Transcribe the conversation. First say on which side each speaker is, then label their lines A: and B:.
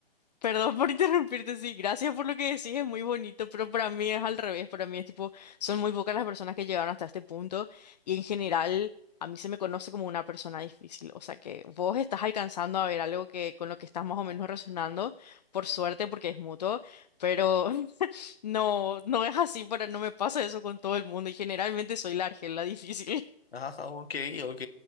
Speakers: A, on the left; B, on the left.
A: Perdón por interrumpirte, sí, gracias por lo que decís, es muy bonito, pero para mí es al revés, para mí es tipo, son muy pocas las personas que llegaron hasta este punto y en general a mí se me conoce como una persona difícil, o sea que vos estás alcanzando a ver algo que con lo que estás más o menos resonando, por suerte porque es mutuo, pero <laughs> no, no es así, para, no me pasa eso con todo el mundo y generalmente soy la argel, la difícil. <laughs>
B: Ajá, ok, ok.